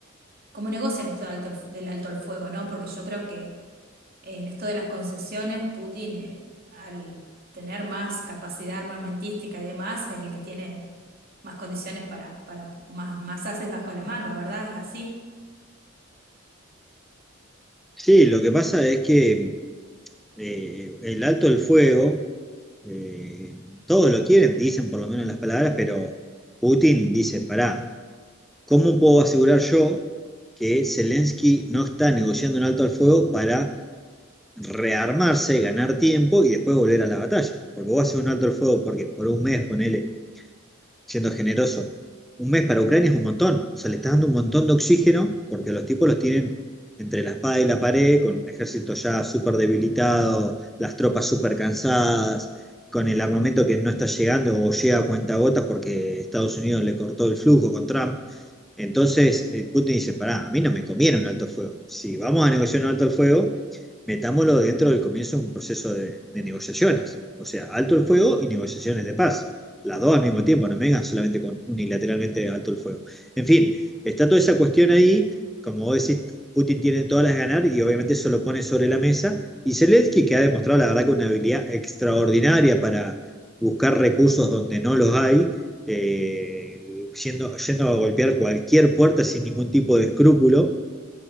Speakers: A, on the right; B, in the centre.
A: cómo negocian esto de alto al- del alto al fuego, ¿no? Porque yo creo que en esto de las concesiones, Putin, eh, al tener más capacidad armamentística y demás, es el que tiene más condiciones para, para más, más haces bajo la manga, ¿verdad? Es así.
B: Sí, lo que pasa es que eh, el alto el fuego, eh, todos lo quieren, dicen por lo menos las palabras, pero Putin dice, pará, ¿cómo puedo asegurar yo que Zelensky no está negociando un alto al fuego para rearmarse, ganar tiempo y después volver a la batalla? Porque vos haces un alto al fuego porque por un mes, ponele, siendo generoso. Un mes para Ucrania es un montón, o sea, le está dando un montón de oxígeno porque los tipos los tienen entre la espada y la pared, con un ejército ya súper debilitado, las tropas súper cansadas, con el armamento que no está llegando o llega a cuentagotas porque Estados Unidos le cortó el flujo con Trump. Entonces, eh, Putin dice, pará, a mí no me conviene un alto el fuego. Si vamos a negociar un alto el fuego, metámoslo dentro del comienzo de un proceso de, de negociaciones. O sea, alto el fuego y negociaciones de paz las dos al mismo tiempo, no me vengan solamente con unilateralmente alto el fuego. En fin, está toda esa cuestión ahí, como vos decís, Putin tiene todas las ganar y obviamente eso lo pone sobre la mesa. Y Zelensky, que ha demostrado la verdad que una habilidad extraordinaria para buscar recursos donde no los hay, eh, yendo, yendo a golpear cualquier puerta sin ningún tipo de escrúpulo